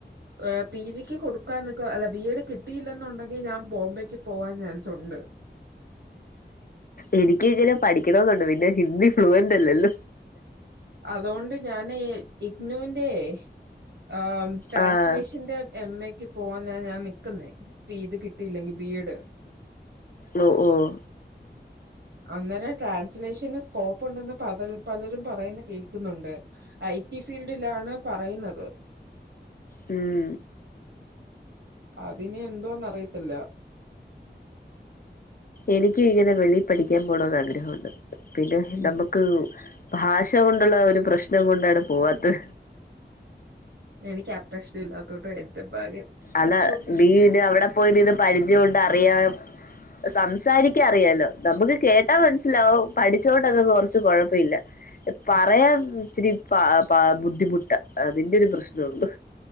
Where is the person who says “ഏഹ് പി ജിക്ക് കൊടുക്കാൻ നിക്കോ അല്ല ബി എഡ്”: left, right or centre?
Right